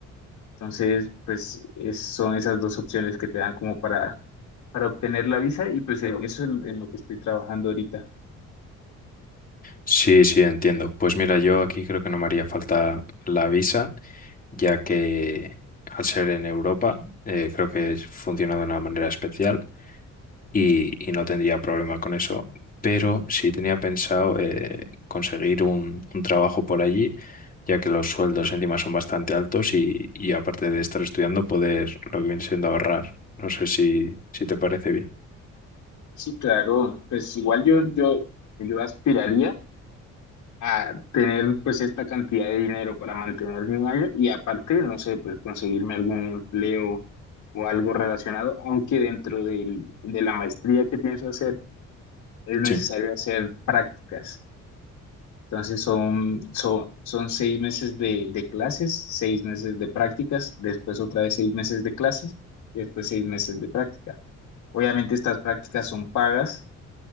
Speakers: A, on the left (about 70°); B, on the left (about 30°).
A: Entonces, pues es- son esas dos opciones que te dan como para, para obtener la visa y pues en eso es en lo que estoy trabajando ahorita.
B: Sí, sí, entiendo. Pues mira, yo aquí creo que no me haría falta la visa, ya que al ser en Europa, eh, creo que es- funciona de una manera especial y, y no tendría problema con eso. Pero sí tenía pensado eh, conseguir un, un trabajo por allí, ya que los sueldos encima son bastante altos y, y aparte de estar estudiando, poder lo que viene siendo ahorrar. No sé si, si te parece bien.
A: Sí, claro, pues igual yo, yo, yo aspiraría a tener pues esta cantidad de dinero para mantenerme un año y aparte, no sé, pues conseguirme algún empleo o algo relacionado, aunque dentro del- de la maestría que pienso hacer es necesario
B: Sí.
A: hacer prácticas. Entonces son, son, son seis meses de, de clases, seis meses de prácticas, después otra vez seis meses de clases y después seis meses de práctica. Obviamente estas prácticas son pagas,